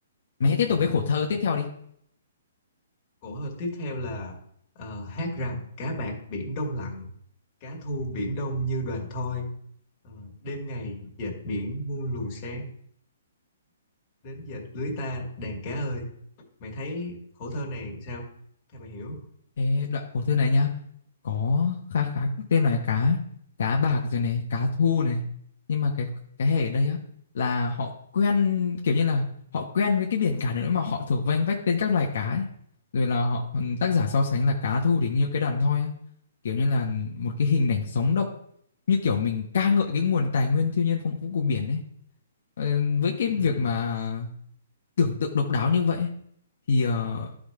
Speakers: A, on the left; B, on the left.
A: Mày hãy tiếp
B: ừ.
A: tục với khổ thơ tiếp theo đi.
B: cổ hơn tiếp theo là ờ, hát rằng cá bạc biển đông lặng Cá thu biển đông như đoàn thoi, ờ, đêm ngày dệt biển muôn luồng sáng, đến dệt lưới ta đàn cá ơi. Mày thấy khổ thơ này sao? Theo mày hiểu?
A: Ê, đoạn khổ thơ này nhá. có khá khá các tên loài cá cá bạc rồi này cá thu này nhưng mà cái cái hệ ở đây á là họ quen kiểu như là họ quen với cái biển cả nữa mà họ thuộc vanh vách tên các loài cá ấy. rồi là họ ừ, tác giả so sánh là cá thu thì như cái đàn thoi á kiểu như là một cái hình ảnh sống động như kiểu mình ca ngợi cái nguồn tài nguyên thiên nhiên phong phú của biển ấy Ờ, với cái việc
B: Ừ,
A: mà tưởng tượng độc đáo như vậy thì ờ,